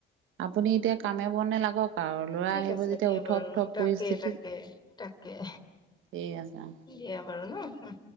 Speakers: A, on the right (about 80°); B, on the left (about 20°).
A: আপুনি এতিয়া কামে-বনে লাগক। আৰু ল'ৰা
B: ঠিক
A: আহিব
B: আছে
A: যেতিয়া
B: দিয়া
A: উথপ
B: বাৰু!
A: থপ
B: তাকে
A: পৰিস্থিতি
B: তাকে তাকে।
A: ঠিক আছে অ।
B: দিয়া বাৰু ন উ।